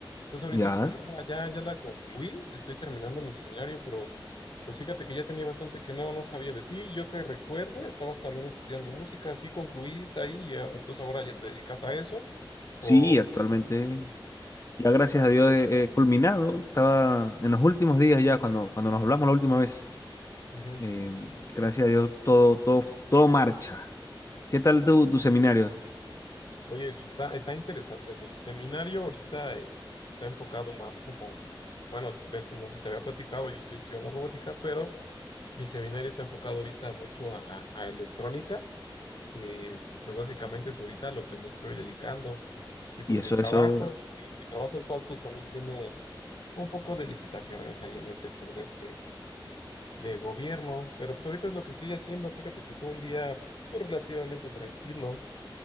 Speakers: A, on the left (about 60°); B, on the left (about 35°).
A: Entonces ahorita
B: Ya.
A: pues ya, la- ya, ya la concluí, estoy terminando mi seminario, pero pues fíjate que ya tenía bastante que no, no sabía de ti. Yo que recuerde, estabas también estudiando música, así concluiste ahí, ya, entonces ahora ya te dedicas a eso. O,
B: Sí, actualmente,
A: o- o-
B: ya gracias a Dios he, he culminado. Estaba en los últimos días ya, cuando, cuando nos hablamos la última vez.
A: ujú.
B: Eh, gracias a Dios, todo, todo, todo marcha. ¿Qué tal tu, tu seminario?
A: Oye, pues está, está interesante. Mi seminario ahorita eh, está enfocado más como, bueno, ves, no sé si te había platicado, yo estoy estudiando robótica, pero mi seminario está enfocado ahorita mucho a a- a electrónica. eh, pues básicamente es ahorita lo que me estoy dedicando. Y pues
B: Y eso,
A: mi trabajo,
B: eso,
A: mi, mi trabajo actual pues también tiene un poco de licitaciones ahí en el sector de, de- de gobierno, pero pues ahorita es lo que estoy haciendo. Fíjate que fue un día pues, relativamente tranquilo,